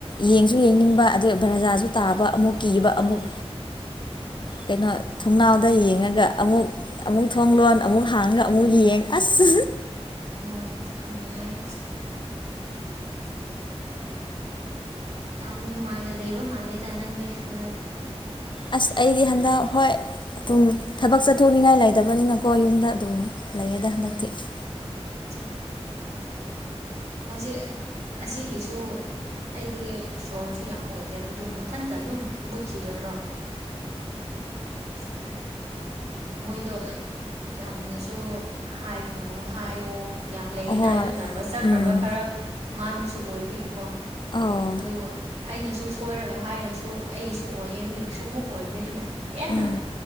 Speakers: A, on the left; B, on the right.
A: ꯌꯦꯡꯁꯨ ꯌꯦꯡꯅꯤꯡꯕ ꯑꯗꯨꯒ ꯕ꯭ꯔꯖꯥꯁꯨ ꯇꯥꯕ ꯑꯃꯨꯛ ꯀꯤꯕ
B: ꯍꯣꯏ
A: ꯑꯃꯨꯛ
B: <unintelligible>
A: ꯀꯩꯅꯣ ꯊꯣꯡꯅꯥꯎꯗ ꯌꯦꯡꯉꯒ ꯑꯃꯨꯛ ꯑꯃꯨꯛ ꯊꯣꯡ ꯂꯂꯣꯟ ꯑꯃꯨꯛ ꯍꯥꯡꯉꯒ ꯑꯃꯨꯛ ꯌꯦꯡ ꯑꯁ
B: ꯍꯣꯏ ꯌꯥꯝ ꯅꯨꯡꯉꯥꯏ ꯌꯥꯝ ꯅꯨꯡꯉꯥꯏꯅ ꯂꯩꯕ ꯃꯥꯜꯂꯦꯗ ꯅꯪꯒꯤ ꯍꯟꯗꯛ
A: ꯑꯁ ꯑꯩꯗꯤ ꯍꯟꯗꯛ ꯍꯣꯏ ꯑꯗꯨꯝ ꯊꯕꯛ ꯆꯠꯊꯣꯛꯅꯤꯡꯉꯥꯏ ꯂꯩꯇꯕꯅꯤꯅꯀꯣ ꯌꯨꯝꯗ ꯑꯗꯨꯝ ꯂꯩꯥꯏꯗ
B: ꯎꯝ
A: ꯃꯇꯇ
B: ꯆꯥ ꯍꯧꯖꯤꯛ ꯑꯁꯤꯒꯤꯁꯨ ꯑꯩꯗꯤ ꯏꯁꯣꯔꯁꯨ ꯌꯥꯝ ꯑꯣꯏꯗꯦꯕꯗꯣ ꯃꯊꯟꯇ ꯑꯗꯨꯝ ꯃꯨꯠꯈꯤꯗꯣꯏꯔꯣ ꯆꯥꯎ ꯃꯣꯏꯗꯣ ꯂꯥꯏꯛ ꯌꯥꯝꯅꯁꯨ ꯍꯥꯏꯒꯅꯨ ꯍꯥꯏꯌꯣ ꯌꯥꯝ ꯂꯩꯌꯦꯅ
A: ꯑꯍꯣꯏ
B: ꯑꯩꯗꯣ ꯅꯔꯚꯁ ꯆꯠꯈ꯭ꯔꯕ
A: ꯎꯝ
B: ꯈꯔ ꯑꯍꯥꯟꯕꯁꯨ ꯑꯣꯏꯕꯒꯤꯀꯣ
A: ꯑꯧ
B: ꯑꯗꯨꯒ ꯑꯩꯅꯁꯨ ꯁꯣꯏꯔꯒ ꯍꯥꯏꯔꯁꯨ ꯑꯩꯁꯨ ꯑꯣꯏꯌꯦ ꯃꯤꯒꯤꯁꯨ ꯑꯃꯨꯛ ꯑꯣꯏꯕꯅꯤꯅ ꯍꯦꯟꯅ
A: ꯎꯝ